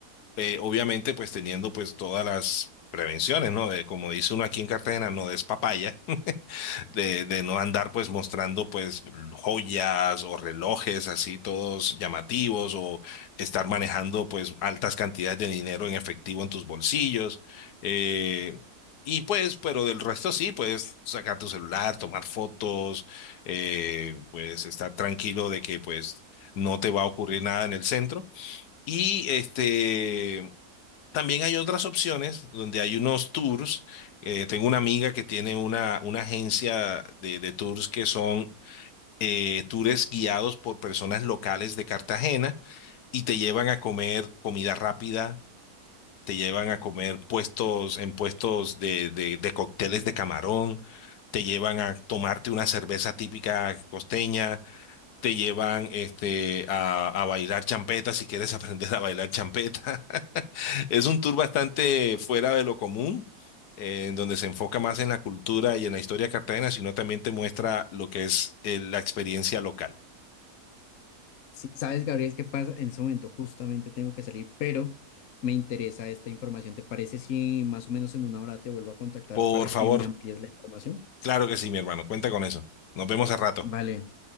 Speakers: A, on the left; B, on the left.
A: eh, obviamente pues teniendo pues todas las prevenciones, ¿no? De, como dice uno aquí en Cartagena, no des papaya, <laughs> de, de no andar pues mostrando pues joyas o relojes así todos llamativos o estar manejando pues altas cantidades de dinero en efectivo en tus bolsillos. eh, y pues, pero del resto sí, puedes sacar tu celular, tomar fotos, eh, pues estar tranquilo de que pues no te va a ocurrir nada en el centro. Y este, también hay otras opciones donde hay unos tours. Eh, tengo una amiga que tiene una, una agencia de, de tours que son eh, tours guiados por personas locales de Cartagena y te llevan a comer comida rápida, te llevan a comer puestos en puestos de, de, de cócteles de camarón, te llevan a tomarte una cerveza típica costeña, te llevan este, a, a bailar champeta si quieres <laughs> aprender a bailar champeta. Es un tour bastante fuera de lo común, eh, en donde se enfoca más en la cultura y en la historia de Cartagena, sino también te muestra lo que es eh, la experiencia local.
B: Sí, sabes, Gabriel, qué pasa en ese momento, justamente tengo que salir, pero me interesa esta información. ¿Te parece si más o menos en una hora te vuelvo a contactar
A: Por
B: para
A: favor,
B: que me amplíes la información?
A: claro que sí, mi hermano, cuenta con eso. Nos vemos a rato.
B: Vale,